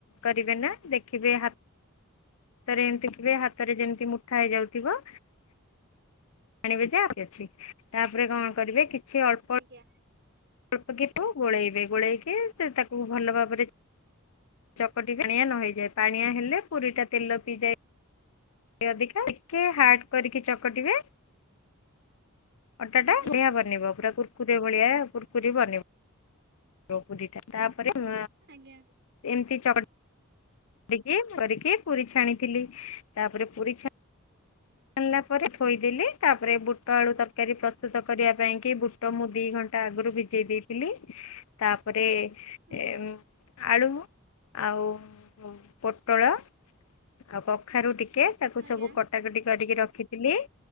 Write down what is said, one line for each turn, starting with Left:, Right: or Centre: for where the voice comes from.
Left: କରିବେ ନା ଦେଖିବେ ହା ହାତରେ ଏମିତି ଦେଖିବେ ମୁଠା ହାତ ରେ ଯେମିତି ମୁଠା ହେଇଯାଉଥିବ ଯାଣିବେ ଯେ ଆହୁରି ଅଛି ତାପରେ କଣ କରିବେ କିଛି ଅଳ୍ପ
Right: ଆଜ୍ଞା।
Left: ଅଳ୍ପ କି ଗୋଳେଇବେ ଗୋଳେଇକି ସେ ତାକୁ ଭଲ ଭାବରେ ଚକଟି ପାଣିଆ ନ ହେଇଯାଏ ପାଣିଆ ହେଲେ ପୁରୀ ଟା ତେଲ ପିଇଯାଏ। ଅଧିକା ଟିକେ ହାଡ କରିକି ଚକଟିବେ। ଅଟାଟା
Right: ଆଜ୍ଞା
Left: ବଢିଆ ବନିବ ପୁରା କୁୁରକୁରି ଭଳିଆ କୁୁରକୁରି ବନିବ। <inaudible> ତା ଉପରେ <inaudible>
Right: ଆଜ୍ଞା।
Left: ଏମିତି ଚଢ ଟିକି କରିକି ପୁରୀ ଛାଣିଥିଲି ତାପରେ ପୁରୀ ଛା ଛାଣିଲା ପରେ ଥୋଇଦେଲି ତାପରେ ବୁଟ ଆଳୁ ତରକାରୀ ପ୍ରସ୍ତୁତ କରିବା ପାଇଁ କି ବୁ ବୁଟ ମୁଁ ଦି ଘଣ୍ଟା ଆଗରୁ ଭିଜେଇ ଦେଇଥିଲି ତାପରେ ଏ
Right: ଆଜ୍ଞା
Left: ମ ଆଳୁ ଆଉ ପୋଟଳ ଆଉ କଖାରୁ ଟିକେ ତାକୁ
Right: ଆଜ୍ଞା
Left: ସବୁ କଟାକଟି କରିକି ରଖିଥିଲି।